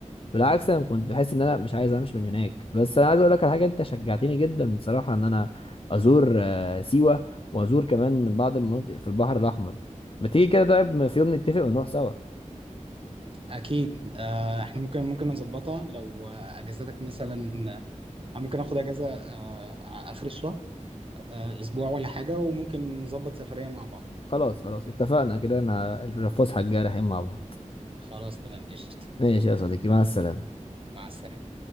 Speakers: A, on the left; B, on the right.
A: بالعكس انا كنت بحس ان انا مش عايز امشي من هناك بس انا عايز اقول لك على حاجه انت شجعتني جدا صراحه ان انا ازور آه، سيوه وازور كمان بعض المناطق في البحر الاحمر ما تيجي كده طيب في يوم نتفق ونروح سوا
B: اكيد آه احنا ممكن ممكن نظبطها لو آه، اجازتك مثلا آه، ممكن اخد اجازه آه اخر الشهر آه اسبوع ولا حاجه وممكن نظبط سفريه مع بعض
A: خلاص خلاص اتفقنا كده انا الفسحه الجايه رايحين مع بعض
B: خلاص تمام قشطه
A: ماشي يا صديقي مع السلامه
B: مع السلامه